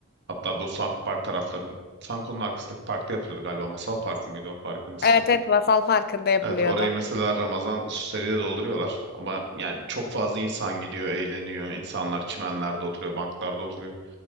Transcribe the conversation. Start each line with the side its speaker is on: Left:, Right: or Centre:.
Right: Hatta bu Sanko Park tarafların Sanko'nun arkasındaki parkta yapılıyordu galiba. Masal Parkı mıydı o parkın ismi?
Left: Evet evet masal farkında yapılıyordu.
Right: Evet orayı mesela Ramazan süsleriyle dolduruyorlar. Ama yani çok fazla insan gidiyor, eğleniyor. İnsanlar çimenlerde oturuyor, banklarda oturuyor.